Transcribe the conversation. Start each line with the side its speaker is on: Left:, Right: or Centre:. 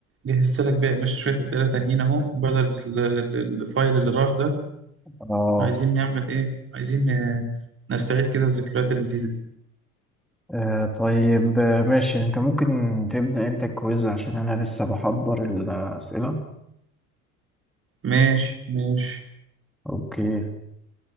Right: جهزت لك بقى يا باشا شوية أسئلة تانيين أهو بدل ال- ال- الفايل اللي راح ده
Centre: اه
Right: عايزين نعمل إيه؟ عايزين آه، نستعيد كده الذكريات اللذيذة دي
Centre: آه، طيب آه، ماشي انت ممكن تبدأ انت الكويز عشان انا لسه بحضر الأسئلة
Right: ماشي ماشي
Centre: اوكي